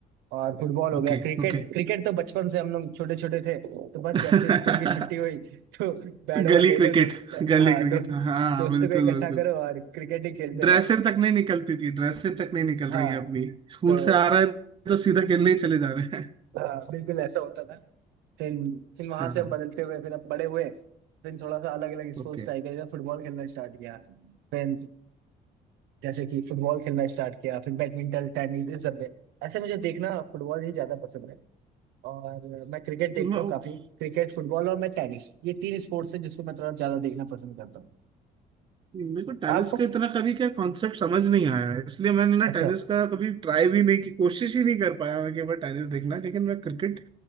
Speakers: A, on the right; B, on the right.
A: और फुटबॉल हो
B: Okay
A: गया क्रिकेट
B: okay
A: क्रिकेट तो बचपन से हम लोग छोटे छोटे थे तो बस
B: <laughs>
A: जैसे स्कूल की छुट्टी हुई तो बैट बॉल
B: गली
A: ले
B: क्रिकेट
A: लो दोस्त
B: गली
A: हाँ
B: क्रिकेट
A: दो, दोस्तों
B: हाँ हाँ बिल्कुल
A: को इकट्ठा
B: बिल्कुल
A: करो और क्रिकेट ही खेलते
B: ड्रेसें
A: रहो
B: तक नहीं निकलती थी ड्रेसें तक नहीं निकल
A: हाँ
B: रही है अपनी स्कूल
A: तो
B: से आ रहे हैं तो सीधा खेलने ही चले जा रहे हैं
A: आ, बिल्कुल ऐसा होता था फिर फिर वहां
B: हाँ
A: से
B: हाँ
A: हम बदलते हुए फिर अब बड़े हुए फिर थोड़ा सा अलग अलग स्पोर्ट्स
B: ओके
A: ट्राई किया जैसे फुटबॉल खेलना स्टार्ट किया फिर जैसे कि फुटबॉल खेलना स्टार्ट किया फिर बैडमिंटन टेनिस इस सब में ऐसे मुझे देखना फुटबॉल ही ज्यादा पसंद है और मैं क्रिकेट
B: <laughs>
A: देखता हूँ काफी क्रिकेट फुटबॉल और मैं टेनिस ये तीन स्पोर्ट्स है जिसको मैं थोड़ा ज्यादा देखना पसंद करता हूँ
B: मेरे को टेनिस
A: आपको
B: का इतना कभी क्या कॉन्सेप्ट समझ नहीं आया है इसलिए मैंने ना
A: अच्छा
B: टेनिस का कभी ट्राई भी नहीं की कोशिश ही नहीं कर पाया मैं कि मैं टेनिस देखना लेकिन मैं क्रिकेट